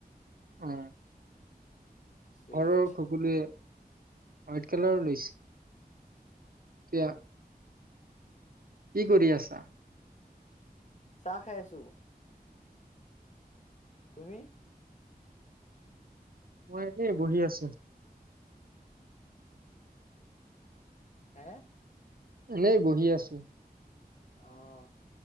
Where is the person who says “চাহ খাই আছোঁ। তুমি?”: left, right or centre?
Left